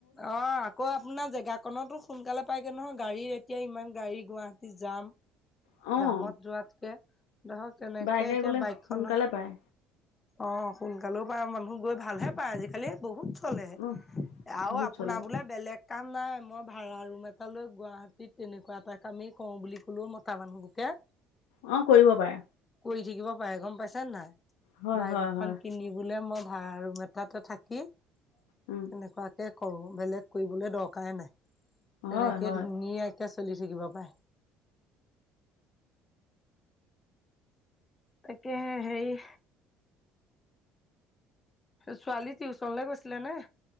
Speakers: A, on the left (about 25°); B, on the left (about 85°).
A: অ। আকৌ আপোনাৰ জেগাকনতো সোনকালে পায়গে নহয়, গাড়ীৰ এতিয়া ইমান গাড়ী গুৱাহাটী যাম।
B: অ',
A: জামত যোৱাতকে ধৰক, কেনেকে
B: বাইকে
A: এতিয়া
B: গ'লে
A: বাইক
B: সোনকালে
A: খনৰ
B: পায়
A: অ, সোনকালেও পায় মানুহ গৈ, ভালহে পায় আজিকালি বহুত চলে।
B: অ',
A: আৰু
B: বহুত
A: আপোনাৰ
B: চলে
A: বোলে বেলেগ কাম নাই, মই ভাড়া ৰুম এটা লৈ গুৱাহাটীত তেনেকুৱা এটা কামেই কৰো বুলি কলেও ম <unintelligible> মানুহকে
B: অ, কৰিব পাৰে।
A: কৰি থাকিব পাৰে, গম পাইছা নাই!
B: হয়,
A: বাইক
B: হয়,
A: এখন
B: হয়,
A: কিনি বোলে মই ভাড়া ৰুম এটাতে থাকি,
B: উম,
A: তেনেকুৱা কৰো, বেলেগ কৰিবলৈ দৰকাৰে নাই, তেনেকে
B: হয়, হয়,
A: ধুনীয়াকে চলি থাকিব পাৰে। তাকেহে হেৰি ছোৱালী টিউচনলে গৈছিলে নে?